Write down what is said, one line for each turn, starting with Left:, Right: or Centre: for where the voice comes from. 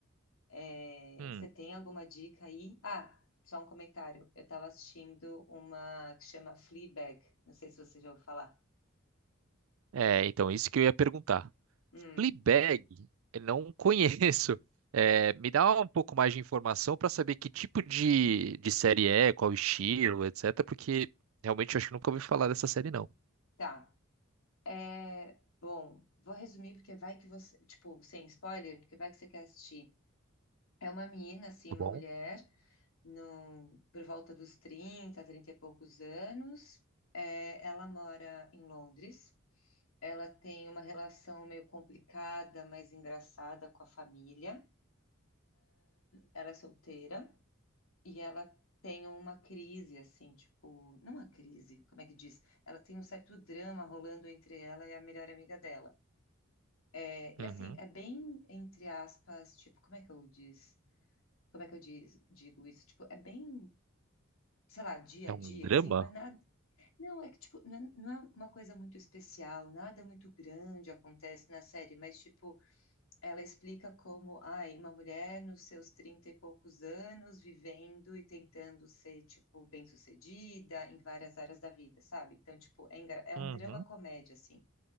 Left: É,
Right: Hum,
Left: você tem alguma dica aí? Ah, só um comentário. Eu estava assistindo uma que chama Fleabag. Não sei se você já ouviu falar.
Right: É, então, isso que eu ia perguntar.
Left: Hum,
Right: Fleabag, eu não <laughs> conheço. É, me dá um pouco mais de informação para saber que tipo de, de série é, qual estilo, etc. Porque realmente eu acho que nunca ouvi falar dessa série, não.
Left: tá. É, bom, vou resumir porque vai que você, tipo, sem spoiler, porque vai que você quer assistir. É uma menina, assim,
Right: Tá
Left: uma
Right: bom?
Left: mulher, no, por volta dos 30, 30 e poucos anos. É, ela mora em Londres. Ela tem uma relação meio complicada, mas engraçada com a família. Ela é solteira e ela tem uma crise, assim, tipo, não uma crise, como é que diz? Ela tem um certo drama rolando entre ela e a melhor amiga dela. É, e
Right: uhum,
Left: assim, é bem, entre aspas, tipo, como é que eu diz? Como é que eu diz, digo isso? Tipo, é bem, sei lá, dia
Right: É
Left: a dia,
Right: um drama?
Left: assim, não é nada. Não, é que, tipo, não é, não é uma coisa muito especial, nada muito grande acontece na série, mas, tipo, ela explica como, ai, uma mulher nos seus 30 e poucos anos, vivendo e tentando ser, tipo, bem-sucedida em várias áreas da vida, sabe? Então, tipo, é, engra- é um
Right: uhum,
Left: drama comédia, assim.